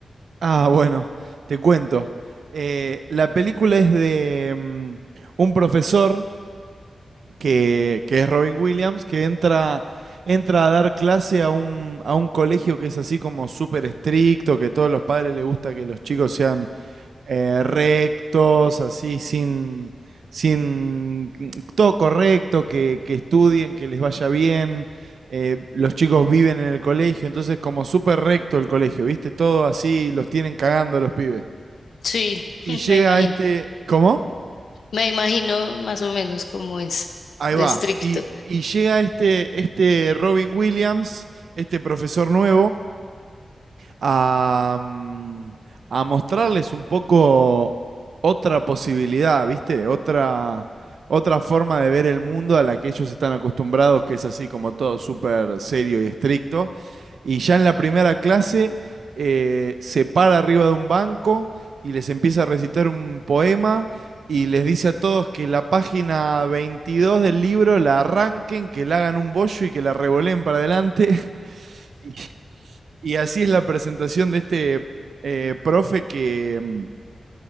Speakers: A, on the right (about 80°); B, on the left (about 80°).
A: Ah, bueno, te cuento. Eh, la película es de mm, un profesor que, que es Robin Williams, que entra, entra a dar clase a un, a un colegio que es así como súper estricto, que a todos los padres les gusta que los chicos sean eh, rectos, así sin, sin todo correcto, que, que estudien, que les vaya bien. eh, los chicos viven en el colegio, entonces como súper recto el colegio, ¿viste? Todo así, los tienen cagando los pibes.
B: Sí, <laughs>
A: Y llega
B: me imagino.
A: este... ¿Cómo?
B: Me imagino más o menos cómo es
A: Ahí
B: de
A: va.
B: estricto.
A: Y, y llega este, este Robin Williams, este profesor nuevo, a, mm, a mostrarles un poco otra posibilidad, ¿viste? Otra, otra forma de ver el mundo a la que ellos están acostumbrados, que es así como todo súper serio y estricto. Y ya en la primera clase eh, se para arriba de un banco y les empieza a recitar un poema y les dice a todos que la página 22 del libro la arranquen, que la hagan un bollo y que la revoleen para adelante. <laughs> Y y así es la presentación de este eh, profe que, mm,